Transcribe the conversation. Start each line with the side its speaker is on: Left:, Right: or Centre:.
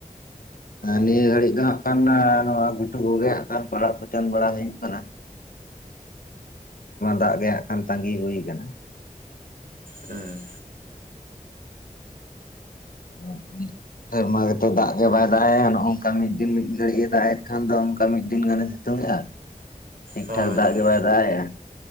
Left: ᱱᱤᱭᱟᱹ ᱜᱷᱟᱹᱲᱤᱡ ᱫᱚ ᱦᱟᱜ ᱠᱷᱟᱱ ᱱᱚᱣᱟ ᱜᱷᱩᱴᱩ ᱠᱚᱜᱮ ᱦᱟᱜ ᱠᱷᱟᱱ <inaudible> ᱵᱟᱲᱟ ᱦᱩᱭᱩᱜ ᱠᱟᱱᱟ ᱾ ᱫᱟᱜ ᱜᱮ ᱦᱟᱸᱜ ᱠᱷᱟᱱ ᱛᱟᱸᱜᱤ ᱦᱩᱭ ᱠᱟᱱᱟ
Right: <unintelligible> ᱦᱮᱸ
Left: ᱟᱫᱚ ᱦᱟᱜ ᱠᱷᱟᱱ <unintelligible> ᱥᱮᱨᱢᱟ ᱜᱮᱛᱚ ᱫᱟᱜ ᱜᱮ ᱵᱟᱭ ᱫᱟᱜ ᱮᱜ ᱱᱚᱝᱠᱟ ᱢᱤᱫ ᱫᱤᱱ ᱢᱤᱫ ᱫᱤᱱ ᱜᱷᱟᱹᱲᱤᱡ ᱮ ᱫᱟᱜ ᱮᱫ ᱠᱷᱟᱱ ᱫᱚ ᱱᱚᱝᱠᱟ ᱢᱤᱫ ᱫᱤᱱ ᱜᱟᱱᱮ- ᱛᱩᱝ ᱮᱜᱟ ᱴᱷᱤᱠ
Right: ᱦᱳᱭ
Left: ᱴᱷᱟᱠ ᱫᱟᱜᱟᱜᱮ
Right: ᱦᱳᱭ
Left: ᱵᱟᱭ ᱫᱟᱜ ᱮᱜᱟ